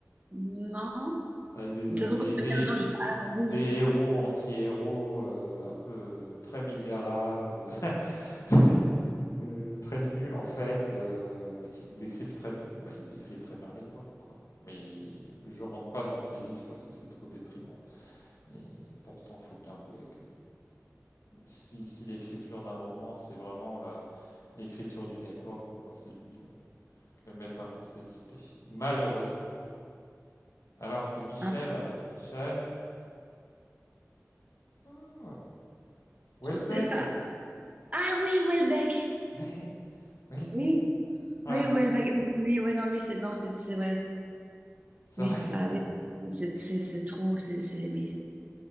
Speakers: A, on the right; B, on the left.
A: non,
B: Avec des,
A: De toute façon,
B: des,
A: quand tu
B: des-
A: vas me dire le nom, je fais Ah bah oui,
B: des héros anti-héros euh, un peu très misérables, <laughs> euh, très nuls en fait, euh, mais qui décrivent très bien. Bah, il décrit très bien l'époque, quoi. Mais je rentre pas dans ses livres parce que c'est trop déprimant. Et pourtant, faut bien avouer que si, si l'écriture d'un roman, c'est vraiment la- l'écriture d'une époque, bon, bah, c'est lui le, le maître incontesté. Malheureusement. Alors, c'est Michel.
A: hein,
B: Michel. Oh, Houellebecq.
A: je sais pas. Ah oui, Welbeck.
B: Mais Houellebecq.
A: Oui,
B: Ouais,
A: oui, Welbeck. Lui, ouais, non, lui, c'est non, c'est c'est ouais.
B: c'est
A: Oui,
B: vrai.
A: bah oui. C'est c'est c'est trop, c'est c'est oui.